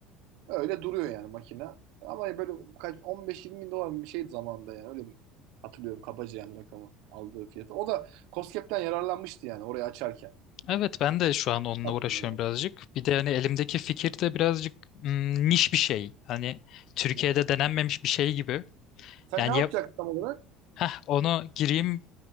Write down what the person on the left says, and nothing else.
Evet ben de şu an onunla
uğraşıyorum
birazcık. Bir de hani elimdeki fikir de birazcık mm, niş bir şey. Hani Türkiye'de
denenmemiş bir şey gibi.
Yani
yap,
heh, onu gireyim.